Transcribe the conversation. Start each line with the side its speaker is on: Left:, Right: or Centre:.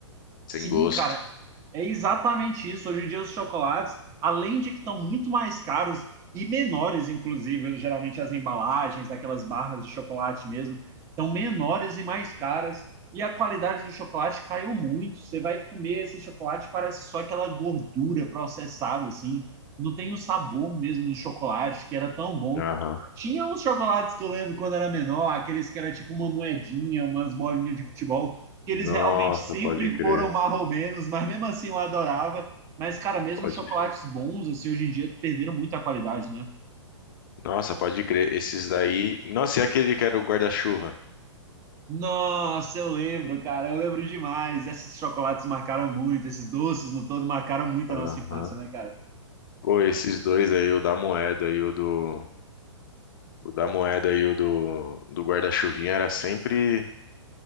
Right: Sim,
Left: sem gosto.
Right: cara. É exatamente isso. Hoje em dia, os chocolates, além de que estão muito mais caros e menores, inclusive, geralmente as embalagens daquelas barras de chocolate mesmo, estão menores e mais caras. E a qualidade do chocolate caiu muito. Você vai comer esse chocolate, parece só aquela gordura processada, assim. Não tem o sabor mesmo do chocolate, que era tão bom.
Left: Aham.
Right: Tinha uns chocolates que eu lembro quando era menor, aqueles que era tipo uma moedinha, umas bolinhas de futebol que
Left: Nossa,
Right: eles realmente sempre
Left: pode crer.
Right: foram marromenos, mas mesmo assim eu adorava. Mas, cara, mesmo
Left: Pode
Right: os chocolates bons, assim, hoje em dia perderam muito a qualidade, né?
Left: Nossa, pode crer. Esses daí. Nossa, e aquele que era o guarda-chuva?
Right: Nossa, eu lembro, cara, eu lembro demais. Esses chocolates marcaram muito, esses doces no todo marcaram muito
Left: Aham.
Right: a nossa infância, né, cara?
Left: Pô, esses dois aí, o da moeda e o do. O da moeda e o do, do guarda-chuvinha era sempre.